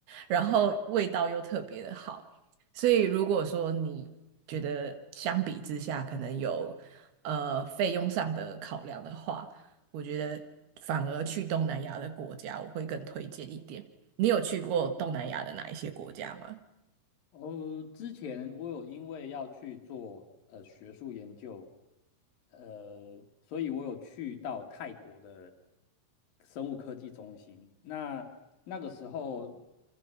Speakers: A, on the right (about 85°); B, on the left (about 65°).
A: 然后味道又特别的好。所以如果说你觉得相比之下可能有呃费用上的考量的话，我觉得反而去东南亚的国家我会更推荐一点。你有去过东南亚的哪一些国家吗？
B: 哦，之前我有因为要去做呃学术研究，呃，所以我有去到泰国的生物科技中心。那那个时候，